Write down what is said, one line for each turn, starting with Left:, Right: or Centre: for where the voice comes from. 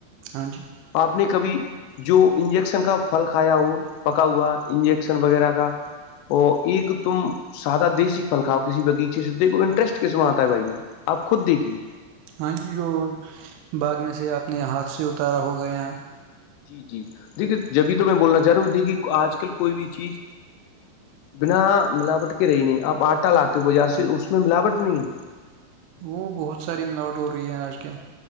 Right: ہاں جی
Left: آپ نے کبھی جو انجیکشن کا پھل کھایا ہو پکا ہوا انجیکشن وغیرہ کا وہ ایک تم سادہ دیسی پھلکاؤ کسی بغیچے سے دیکھو انٹرسٹ کس میں آتا ہے بھائیان آپ خود دیکھیے
Right: ہاں جی جو باغ میں سے اپنے ہاتھ سے اتارا ہو گیا
Left: جی جی دیکھیے جبھی تو میں بولنا چاہ رہا ہوں دیکھیے آج کل کوئی بھی چیز بنا ملاوٹ کے رہی نہیں آپ آٹا لاتے ہو بازار
Right: ہاں
Left: سے
Right: جی
Left: اس میں ملاوٹ نہیں ہے
Right: وہ بہت ساری نوٹ ہو رہی ہے آج کل